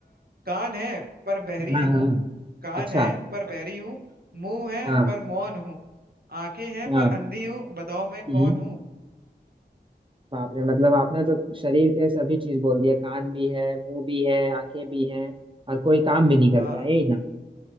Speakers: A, on the right; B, on the right.
A: कान है पर बहरी
B: हाँ
A: नहीं
B: हाँ
A: हूँ कान
B: अच्छा
A: है पर बहरी हूँ मुंह है
B: हाँ
A: पर मौन हूँ आंखें हैं पर
B: हाँ
A: अंधी हूँ बताओ मैं
B: हम्म
A: कौन हूँ
B: बाप रे मतलब आपने तो शरीर के सभी चीज बोल दिए कान भी है मुंह भी है आंखें भी हैं और कोई काम भी नहीं करता
A: हाँ
B: है यही ना